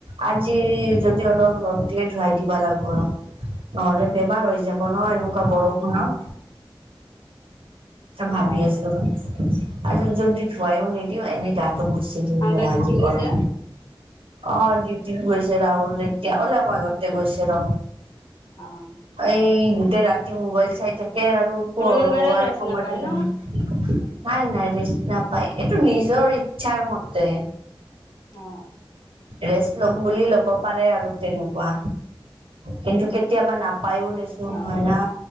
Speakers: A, on the right; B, on the left.
A: আজি যদি অলপ ৰ'দ দিয়ে, ধুৱাই
B: অ',
A: দিব লাগিব ৰ। নহ'লে বেমাৰ হৈ যাব ন, এনেকুৱা
B: অ',
A: বৰষুণত। ভাবি
B: অ',
A: আছো ৰ আৰু যদি ধুৱাইও নিদিওঁ এনেই গাটো মুচি যদি
B: আংকল
A: নহয়
B: ডিউটি
A: আজি
B: গৈছে
A: গৰম অ, ডিউটিত গৈছে ৰাহুল, এতিয়া অলপ আগতে গৈছে ৰ।
B: অ',
A: এই গোটেই ৰাতি মোবাইল চাই থাকে আৰু- শোৱ আৰু
B: ৰবিবাৰেও
A: শোৱাৰ
B: ৰেষ্ট
A: সময়ত
B: নাপায়
A: দিবি
B: ন?
A: না। নাই-নাই, বেছি নাপায়, এইটো নিজৰ ইচ্ছাৰ মতে।
B: অ।
A: ৰেষ্ট লম বুলি ল'ব পাৰে আৰু তেনেকুৱা। কিন্তু কেতিয়াবা নাপায়ো দেচোন
B: অ',
A: হয় না,